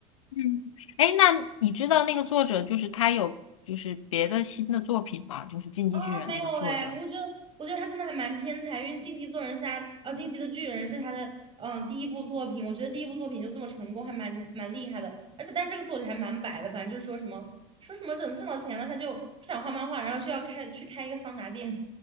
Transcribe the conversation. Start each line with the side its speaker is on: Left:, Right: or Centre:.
Left: 嗯，哎，那你知道那个作者就是他有就是别的新的作品吗？就是《进击巨人》那个作者
Right: 啊，没有哎，我觉得，我觉得他真的还蛮天才，因为《晋级做人》是他，呃，《晋级的巨人》是他的，嗯，第一部作品。我觉得第一部作品就这么成功，还蛮蛮厉害的。而且，但这个作者还蛮摆的，反正就是说什么说什么等挣到钱了，他就不想画漫画，然后就要开去开一个桑拿店。